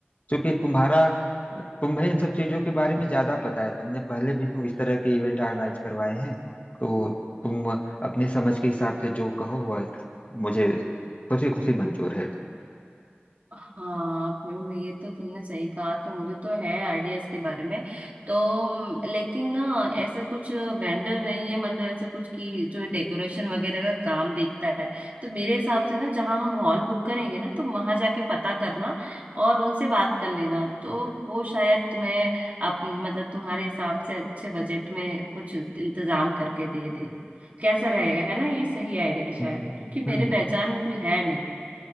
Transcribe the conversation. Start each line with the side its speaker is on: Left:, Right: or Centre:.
Left: क्योंकि तुम्हारा तुम्हें इन सब चीजों के बारे में ज्यादा पता है तुमने पहले भी तो इस तरह के इवेंट ऑर्गेनाइज करवाए हैं तो तुम अपनी समझ के हिसाब से जो कहो वह मुझे खुशी खुशी मंजूर है
Right: हाँ फिल्म ये तो तुमने सही कहा तो मुझे तो है आइडिया इसके बारे में तो म, लेकिन ना ऐसा कुछ वेंडर नहीं है मतलब ऐसा कुछ कि जो डेकोरेशन वगैरह का काम देखता है तो मेरे हिसाब से ना जहाँ हम हॉल बुक करेंगे ना तो वहां जाके पता करना और उनसे बात कर लेना तो वो शायद तुम्हें अप, मतलब तुम्हारे हिसाब से अच्छे बजट में कुछ इंतजाम करके दे दे कैसा रहेगा है ना ये सही आइडिया है शायद
Left: हम्म हम्म,
Right: क्योंकि मेरे
Left: हम्म,
Right: पहचान में कोई है